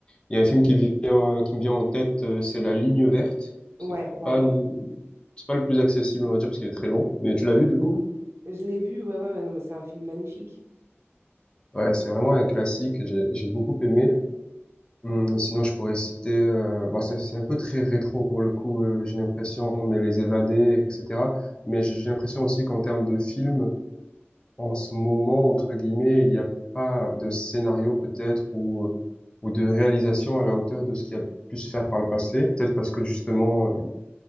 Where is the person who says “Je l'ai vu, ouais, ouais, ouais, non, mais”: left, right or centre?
Right